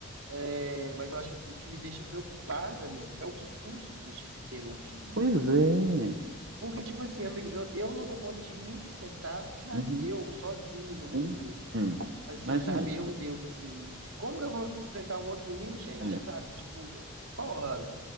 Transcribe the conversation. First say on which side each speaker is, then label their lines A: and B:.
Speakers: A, on the right (about 80°); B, on the right (about 55°).
A: É, mas eu acho que o que me deixa preocupada, amigo, é os custos de se ter um filho.
B: Pois é.
A: Porque, tipo assim, amigo, eu, eu não dou conta de me sustentar, sabe?
B: Uhum,
A: Eu, sozinho no
B: Sim.
A: mundo,
B: Hum.
A: assim,
B: Imagina.
A: sabe? Eu e Deus, assim. Como que eu vou sustentar um outro menino, gente?
B: É.
A: Sabe? Tipo, porra,